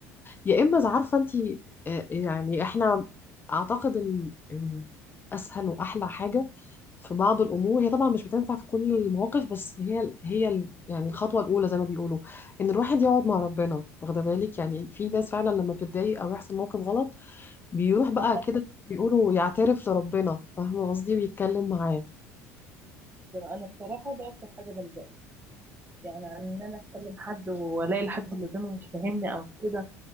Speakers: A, on the left; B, on the right.
A: يا اما إذا عارفه انت يعني احنا اعتقد ان إن اسهل واحلى حاجه في بعض الامور هي طبعا مش بتنفع في كل المواقف بس هي هي ال- يعني الخطوه الاولى زي ما بيقولوا ان الواحد يقعد مع ربنا واخده بالك يعني في ناس فعلا لما بتتضايق او يحصل موقف غلط بيروح بقى
B: مثلا
A: كده زي ما بيقولوا يعترف لربنا فاهمه قصدي ويتكلم معاه
B: انا بصراحه ده اكتر حاجه بلجأ يعني ان انا اتكلم حد والاقي الحد اللي قدامي مش فاهمني او كده